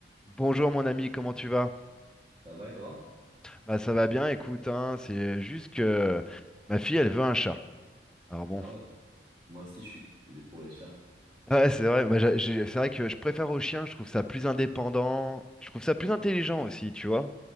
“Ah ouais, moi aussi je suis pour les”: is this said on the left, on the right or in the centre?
Right